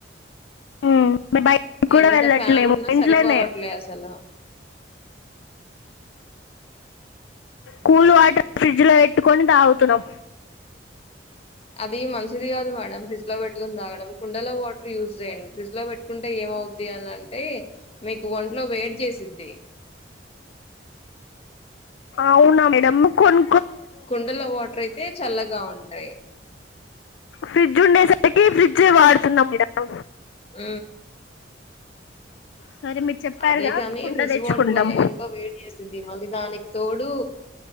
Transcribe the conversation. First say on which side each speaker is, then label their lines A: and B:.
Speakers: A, on the left; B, on the left.
A: మ్మ్. మేము బయటికి కూడా
B: ఎంత
A: వెళ్ళట్లేము
B: ఫ్యాన్ ఉన్నా
A: ఇంట్లోనే
B: సరిపోవట్లే అసలు
A: కూల్ వాటర్ ఫ్రిడ్జ్ లో పెట్టుకొని తాగుతున్నాం
B: అది మంచిది కాదు మేడం ఫ్రిడ్జ్ లో పెట్టుకుని తాగడం కుండలో వాటర్ యూజ్ చేయండి ఫ్రిజ్ లో పెట్టుకుంటే ఏమవుద్ది అని అంటే మీకు ఒంట్లో వేడ్ చేసిద్ది.
A: అవునా మేడమ్ కొన్
B: కుండల వాటర్ అయితే చల్లగా ఉంటాయి
A: ఫ్రిడ్జ్ ఉండేసరికి ఫ్రిడ్జ్ ఏ వాడుతున్నాం మేడం
B: మ్మ్
A: సరే మీరు చెప్పారుగా
B: అదే కాని
A: కుండ
B: ఫ్రిడ్జ్
A: తెచ్చుకుంటాం
B: వాటర్ వల్ల ఒంట్లో వేడి చేసిద్ది మళ్ళీ దానికి తోడు